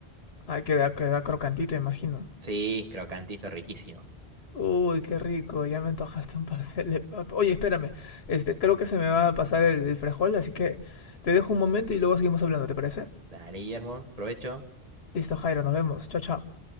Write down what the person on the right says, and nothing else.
Sí, crocantito, riquísimo.
Dale, Guillermo, provecho.